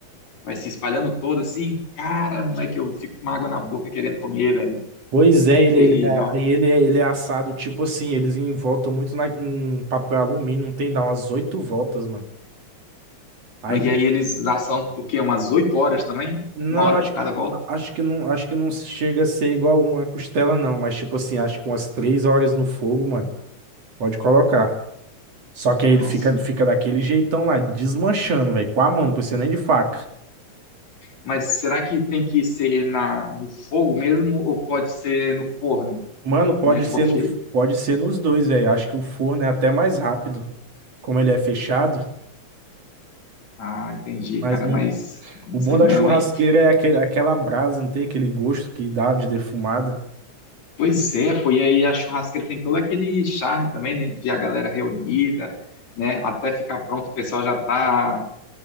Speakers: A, on the left (about 60°); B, on the right (about 55°).
A: vai se espalhando todo assim. Cara, moleque, eu fico com uma água na boca querendo comer, velho.
B: Pois é, ele,
A: Terrível,
B: ele- é,
A: ó.
B: aí ele, é- ele é assado, tipo assim, eles envoltam muito na- em papel alumínio, não tem, dá umas oito voltas, mano. Aí,
A: Mas
B: de-
A: e aí eles assam, por quê? Umas oito horas também?
B: não,
A: Uma hora
B: acho,
A: por cada
B: que-
A: volta?
B: a- acho que não, acho que não chega a ser igual uma costela, não, mas tipo assim, acho que umas três horas no fogo, mano, pode colocar. Só que aí ele
A: Nossa.
B: fica, fica daquele jeitão lá, desmanchando, velho, com a mão, não precisa nem de faca.
A: Mas será que tem que ser na, no fogo mesmo ou pode ser no forno?
B: Mano, pode
A: né?
B: ser
A: Porque
B: no, pode ser nos dois, velho, acho que o forno é até mais rápido, como ele é fechado,
A: Ah, entendi,
B: mas
A: cara,
B: não
A: mas não
B: O
A: sei
B: bom da
A: não,
B: churrasqueira
A: hein?
B: é aque- aquela brasa, não tem aquele gosto que dá de defumada.
A: Pois é, pô, e aí a churrasqueira tem todo aquele charme também, né, de a galera reunida, né? Até ficar pronto, o pessoal já tá,